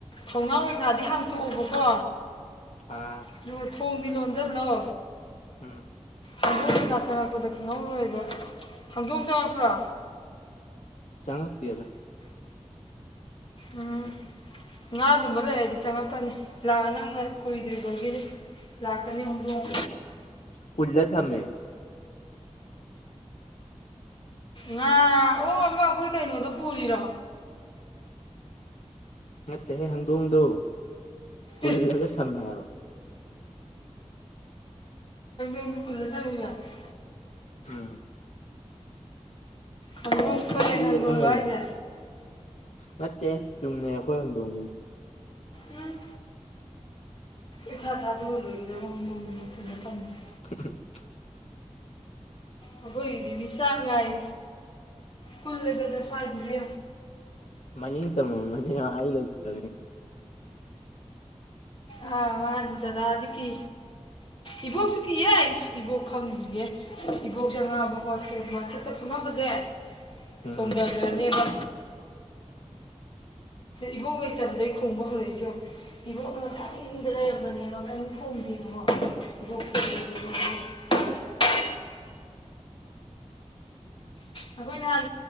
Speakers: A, on the left (about 45°); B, on the left (about 65°).
A: ꯊꯧꯅꯥ ꯒ꯭ꯔꯥꯗꯤ ꯍꯥꯡꯇꯣꯛꯑꯣꯕꯀꯣ
B: ꯑꯥ
A: ꯑꯗꯨꯒ ꯊꯣꯡꯗꯤ ꯂꯣꯟꯖꯜꯂꯣ
B: ꯎꯝ
A: ꯈꯥꯡꯗꯣꯡꯝ ꯀꯩꯀꯥ ꯆꯪꯉꯛꯄꯗ ꯈꯪꯍꯧꯔꯣꯏꯕ ꯈꯥꯡꯗꯣꯡ ꯆꯪꯉꯛꯄ꯭ꯔꯥ
B: ꯆꯪꯉꯛꯇꯦꯗꯥ
A: ꯎꯝ ꯉꯥꯒꯨꯝꯕ ꯂꯩꯔꯗꯤ ꯆꯪꯉꯛꯀꯅꯤ ꯂꯥꯛꯑ ꯅꯪꯅ ꯀꯨꯏꯗ꯭ꯔꯤꯕꯒꯤꯅꯤ ꯂꯥꯛꯀꯅꯤ ꯍꯧꯗꯣꯡ
B: ꯄꯨꯜꯂ ꯊꯝꯃꯦ
A: ꯅꯅꯥ ꯑꯣ ꯑꯃ ꯑꯩꯈꯣꯏ ꯀꯩꯅꯣꯗꯣ ꯄꯨꯔꯤꯔꯣ
B: ꯃꯠꯇꯦ ꯍꯗꯣ ꯎꯗꯣ ꯄꯨꯜꯂꯒ
A: ꯑꯦ
B: ꯊꯝꯃꯦꯕ
A: ꯑꯣ ꯄꯂꯗꯗ <unintelligible> <inaudible>
B: ꯎꯝ
A: ꯍꯪꯗꯣꯡ ꯐꯌꯦ
B: ꯍꯨꯏ
A: ꯅꯪꯗꯣꯡ
B: ꯑꯃꯒ
A: ꯂꯏꯁꯦ
B: ꯂꯩ ꯅꯠꯇꯦ ꯇꯨꯝꯅꯦ ꯑꯩꯈꯣꯏ ꯍꯧ ꯗꯣꯡꯅꯤ
A: ꯎꯝ ꯏ ꯊꯥ ꯊꯥꯗꯔ ꯑꯣꯏꯗ <unintelligible>
B: <unintelligible>
A: ꯑꯩꯈꯣꯏꯒꯤꯗꯤ ꯃꯤ ꯆꯥꯛ ꯉꯥꯏ ꯀꯨꯜꯂꯗꯅꯁꯋꯥꯁꯤꯅꯦ
B: ꯃꯅꯤ ꯃꯅꯤ ꯍꯥꯏꯒ ꯇ
A: ꯑꯥ ꯃꯥꯗꯤ ꯗꯗꯥꯗꯤ ꯀꯤ ꯏꯕꯣꯛꯁꯨ ꯀꯤꯌꯦ ꯑꯩ ꯏꯕꯣꯛ ꯈꯪꯗ꯭ꯔꯤꯒꯦ ꯏꯕꯣꯛꯁꯨꯦ ꯑ ꯉꯥꯕ ꯍꯣꯁꯇꯦ ꯃꯥꯔꯀꯦꯠꯇ ꯐꯪꯉꯝꯕꯁꯦ
B: ꯎꯝ
A: ꯆꯣꯡꯗꯒꯔꯥꯅꯤꯕ ꯏꯕꯣ ꯀꯕꯗꯩ ꯈꯣꯡꯕ ꯍꯧꯔꯛꯏꯁ ꯏꯕꯣꯛꯅ ꯉꯁꯥ ꯏꯨꯡꯗ ꯂꯩꯔꯝꯕꯅꯦꯕ ꯀꯔꯤꯝ ꯈꯣꯡꯗꯦꯕꯀꯣ ꯏꯕꯣꯛꯦ <unintelligible> ꯑꯩꯈꯣꯏ ꯅꯍꯥꯟ